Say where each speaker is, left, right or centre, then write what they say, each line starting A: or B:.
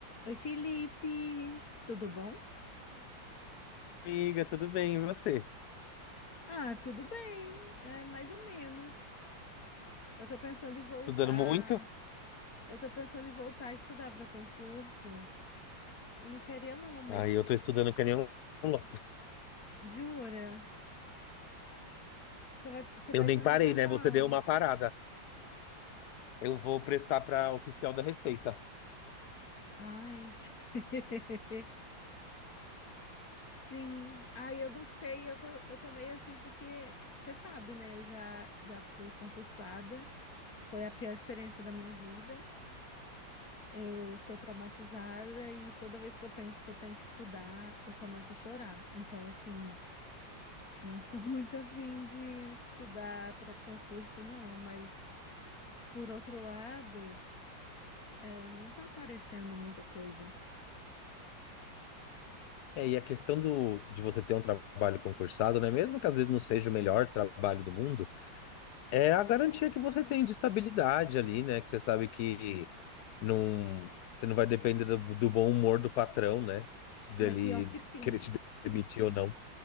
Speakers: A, on the left; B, on the left.
A: Oi, Felipe, tudo bom?
B: Amiga, tudo bem? E você?
A: Ah, tudo bem, é mais ou menos. Eu tô pensando em voltar.
B: Estudando muito?
A: Eu tô pensando em voltar a estudar para concurso. Eu não queria não, mas
B: Aí eu tô estudando que nem um louco.
A: jura? Você vai, você
B: Eu
A: vai
B: nem
A: tentar
B: parei,
A: para qual?
B: né? Você deu uma parada. Eu vou prestar para oficial da Receita.
A: Ai. <laughs> Sim. Ai, eu não sei, eu tô, eu tô meio assim porque você sabe, né? Eu já já fui concursada. Foi a pior experiência da minha vida. Eu tô traumatizada e toda vez que eu penso que eu tenho que estudar, eu começo a chorar. Então, assim, não tô <laughs> muito afim de estudar para concurso, não. Mas, por outro lado, é, não tá aparecendo muita coisa.
B: É, e a questão do, de você ter um trabalho concursado, né? Mesmo que às vezes não seja o melhor trabalho do mundo, é a garantia que você tem de estabilidade ali, né? Que você sabe que não, você não vai depender do, do bom humor do patrão, né? Dele
A: Ai, pior que sim.
B: querer te demitir ou não.